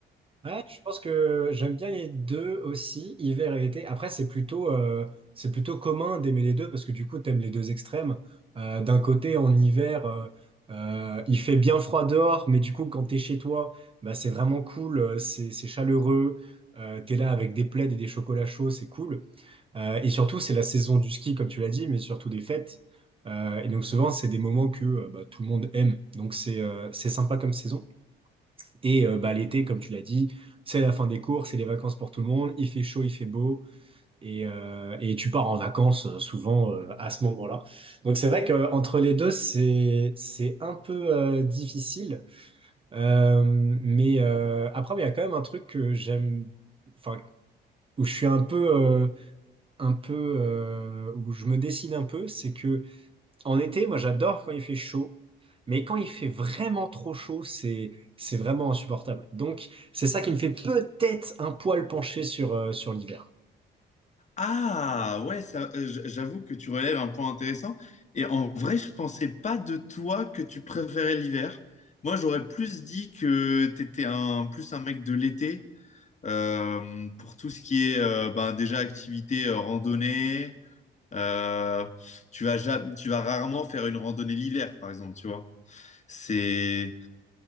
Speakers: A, on the right (about 25°); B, on the left (about 35°).
A: Ouais, je pense que j'aime bien les deux aussi, hiver et été. Après, c'est plutôt, euh, c'est plutôt commun d'aimer les deux parce que du coup, tu aimes les deux extrêmes. Euh, d'un côté, en hiver, euh, euh, il fait bien froid dehors, mais du coup, quand tu es chez toi, bah, c'est vraiment cool, euh, c'est, c'est chaleureux, tu es là avec des plaids et des chocolats chauds, c'est cool. Euh, et surtout, c'est la saison du ski, comme tu l'as dit, mais surtout des fêtes. Euh, et donc souvent, c'est des moments que euh, bah, tout le monde aime. Donc c'est euh, c'est sympa comme saison. Et euh, bah, l'été, comme tu l'as dit, c'est la fin des cours, c'est les vacances pour tout le monde. Il fait chaud, il fait beau. Et, euh, et tu pars en vacances euh, souvent euh, à ce moment-là. Donc c'est vrai qu'entre les deux, c'est c'est un peu euh, difficile. Euh, mais euh, après, il y a quand même un truc que j'aime, enfin, où je suis un peu... euh, un peu euh, où je me décide un peu, c'est que en été, moi j'adore quand il fait chaud, mais quand il fait vraiment trop chaud, c'est c'est vraiment insupportable. Donc c'est ça qui me fait peut-être un poil pencher sur euh, sur l'hiver.
B: Ah ouais, ça, euh, j- j'avoue que tu relèves un point intéressant. Et en vrai, je pensais pas de toi que tu préférais l'hiver. Moi, j'aurais plus dit que t'étais un plus un mec de l'été euh, pour tout ce qui est euh, ben, déjà activité euh, randonnée. Euh, tu vas ja- tu vas rarement faire une randonnée l'hiver, par exemple, tu vois. C'est